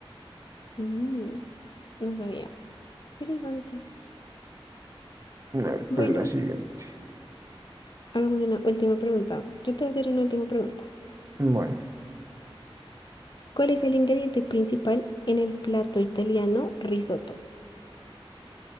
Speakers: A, on the left; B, on the right.
A: Mm, no sabía. Interesante.
B: A ver, ¿cuál
A: Bueno,
B: es la siguiente?
A: hagamos una última pregunta. Yo te voy a hacer una última pregunta.
B: Bueno,
A: ¿Cuál es el ingrediente principal en el plato italiano risotto?